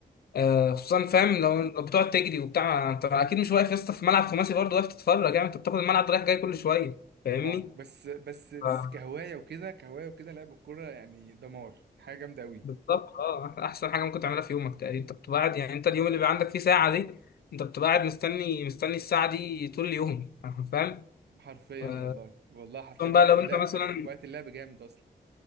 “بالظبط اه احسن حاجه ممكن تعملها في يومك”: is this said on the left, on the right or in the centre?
Left